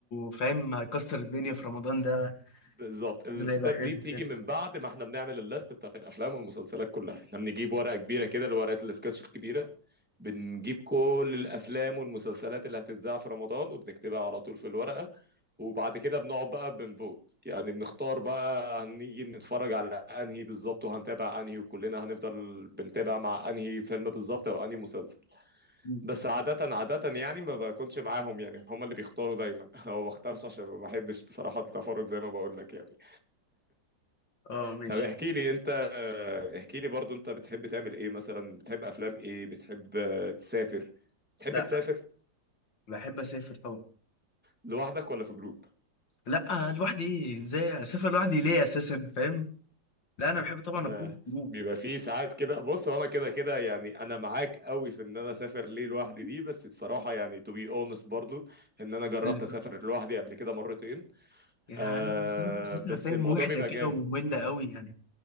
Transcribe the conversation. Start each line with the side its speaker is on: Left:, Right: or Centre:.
Left: فاهم هيكسر الدنيا في رمضان ده
Centre: بالظبط الستاب
Left: ده يبقى حلو
Centre: دي بتيجي
Left: كده
Centre: من بعد ما احنا بنعمل الليست بتاعت الأفلام والمسلسلات كلها احنا بنجيب ورقة كبيرة كده الورقة السكتش الكبيرة بنجيب كل الأفلام والمسلسلات اللي هتتذاع في رمضان وبنكتبها على طول في الورقة وبعد كده بنقعد بقى بنفوت يعني بنختار بقى هنيجي نتفرج على انهي بالظبط وهنتابع انهي وكلنا هنفضل بنتابع مع انهي فيلم بالظبط او انهي مسلسل
Left: مم.
Centre: بس عادة عادة يعني ما بكونش معاهم يعني هما اللي بيختاروا دايما <laughs> هو ما بختارش عشان ما بحبش بصراحة التفرج زي ما بقول لك يعني
Left: اه ماشي
Centre: طب احكي لي انت آه، احكي لي برضو انت بتحب تعمل ايه مثلا بتحب افلام ايه بتحب آه، تسافر بتحب
Left: لا
Centre: تسافر
Left: بحب اسافر طبعا
Centre: لوحدك ولا في جروب
Left: لا لوحدي ازاي اسافر لوحدي ليه اساسا فاهم لا انا بحب طبعا
Centre: آه
Left: اكون في جروب
Centre: بيبقى فيه ساعات كده بص وانا كده كده يعني انا معاك قوي في ان انا اسافر ليه لوحدي دي بس بصراحة يعني to be honest برضو ان انا جربت
Left: واللي
Centre: اسافر
Left: طب
Centre: لوحدي قبل كده مرتين
Left: يعني
Centre: آه
Left: بس انا حاسسها
Centre: بس
Left: فاهم
Centre: الموضوع
Left: وحده
Centre: بيبقى
Left: كده
Centre: جامد
Left: وممله قوي يعني